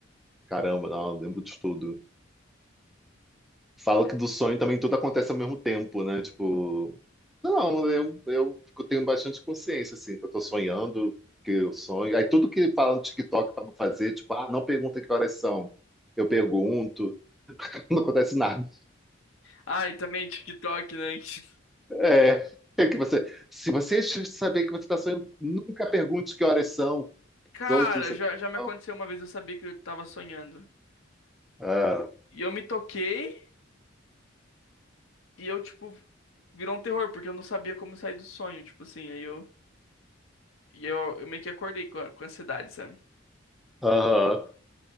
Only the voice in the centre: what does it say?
Caramba, não, eu lembro de tudo. Fala que do sonho também tudo acontece ao mesmo tempo, né? Tipo, não, eu, eu tenho bastante consciência, assim, que eu tô sonhando, que eu sonho. Aí tudo que fala no TikTok pra não fazer, tipo, ah, não pergunta que horas são. Eu pergunto, <laughs> não acontece nada.
É, é que você, se você saber que você está sonhando, nunca pergunte que horas são.
Os outros, não
não.
Ah,
aham.